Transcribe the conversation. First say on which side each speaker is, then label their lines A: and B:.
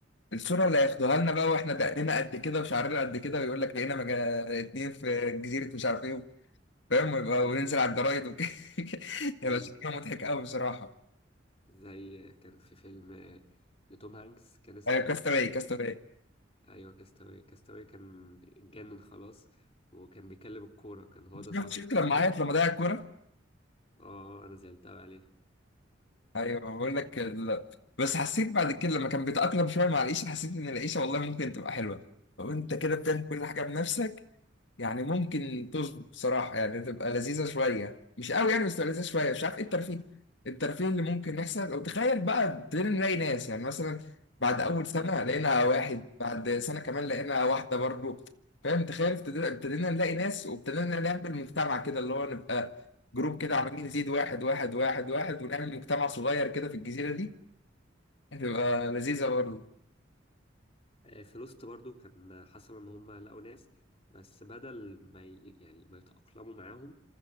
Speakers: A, on the left; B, on the left.
A: الصوره اللي هياخدوها لنا بقى واحنا دقنا قد كده وشعرنا قد كده ويقول لك لقينا مجا... اتنين في جزيره مش عارف ايه فاهم ويبقى وننزل على الجرايد وكده <laughs>
B: مم.
A: هيبقى شكله مضحك قوي بصراحه
B: زي كان في فيلم آه، لتوم هانكس كان اسمه
A: ايوه كاستاوي كاستاوي
B: ايوه كاستاوي كاستاوي كان اتجنن خلاص وكان بيكلم الكورة كان هو ده صاحبه
A: شفت شفت
B: بس
A: لما
B: احنا
A: عيط لما ضيع الكوره
B: اه آه، انا زعلت قوي عليه
A: ايوه بقول لك ال... بس حسيت بعد كده لما كان بيتاقلم شويه مع العيشه حسيت ان العيشه والله ممكن تبقى حلوه لو انت كده بتعمل كل حاجه بنفسك يعني ممكن تظبط بصراحة يعني تبقى لذيذة شوية مش قوي يعني بس تبقى لذيذة شوية مش عارف ايه الترفيه الترفيه اللي ممكن يحصل وتخيل بقى ابتدينا نلاقي ناس يعني مثلا بعد أول سنة لقينا واحد بعد سنة كمان لقينا واحدة برضو فاهم تخيل ابتدينا ابتدينا نلاقي ناس وابتدينا نعمل مجتمع كده اللي هو نبقى جروب كده عمالين نزيد واحد واحد واحد واحد ونعمل مجتمع صغير كده في الجزيرة دي هتبقى لذيذة برضو
B: آه، في لوست برضو كان حصل ان هم لقوا ناس بس بدل ما ي... يعني ما يتأقلموا معاهم